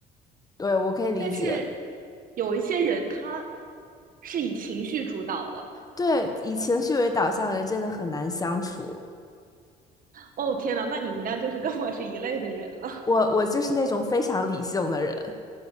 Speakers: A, on the left; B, on the right.
A: 对，我可以理解。
B: 但是有一些人他是以情绪主导的。
A: 对，以情绪为导向的人真的很难相处。
B: 哦，天呐，那你应该就是跟我是一类的人了。
A: 我我就是那种非常理性的人，
B: <laughs>